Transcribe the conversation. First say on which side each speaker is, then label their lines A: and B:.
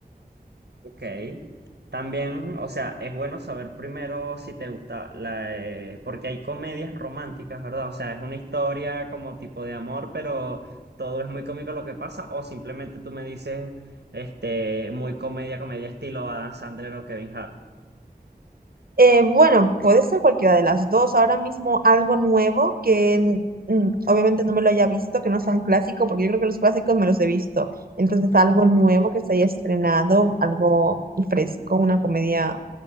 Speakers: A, on the right; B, on the right.
A: Ok. También, o sea, es bueno saber primero si te gusta la... eh, porque hay comedias románticas, ¿verdad? O sea, es una historia como tipo de amor, pero todo es muy cómico lo que pasa. O simplemente tú me dices, este, muy comedia, comedia estilo Adam Sandler o Kevin Hart.
B: Eh, bueno, puede ser cualquiera de las dos. Ahora mismo algo nuevo que mm, obviamente no me lo haya visto, que no sea un clásico, porque yo creo que los clásicos me los he visto. Entonces algo nuevo que se haya estrenado, algo fresco, una comedia